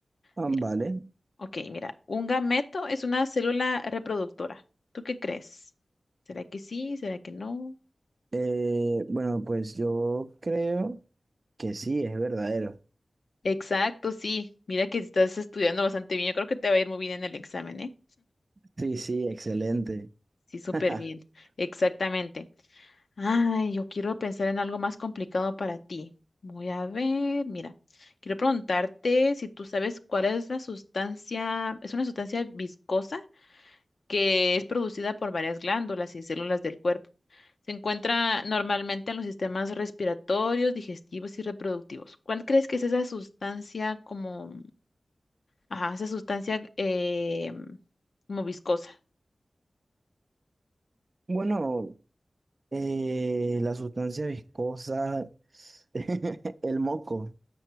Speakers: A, on the right; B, on the left.
A: Ah,
B: Mira,
A: vale.
B: ok, mira, un gameto es una célula reproductora. ¿Tú qué crees? ¿Será que sí? ¿Será que no?
A: Eh, bueno, pues yo creo que sí, es verdadero.
B: Exacto, sí. Mira que estás estudiando bastante bien. Yo creo que te va a ir muy bien en el examen, ¿eh?
A: Sí, sí, excelente.
B: Sí, súper
A: <laughs>
B: bien. Exactamente. Ay, yo quiero pensar en algo más complicado para ti. Voy a ver, mira, quiero preguntarte si tú sabes cuál es la sustancia, es una sustancia viscosa que es producida por varias glándulas y células del cuerpo. Se encuentra normalmente en los sistemas respiratorios, digestivos y reproductivos. ¿Cuál crees que es esa sustancia como, ajá, esa sustancia eh, como viscosa?
A: Bueno, eh, la sustancia viscosa, <laughs> el moco.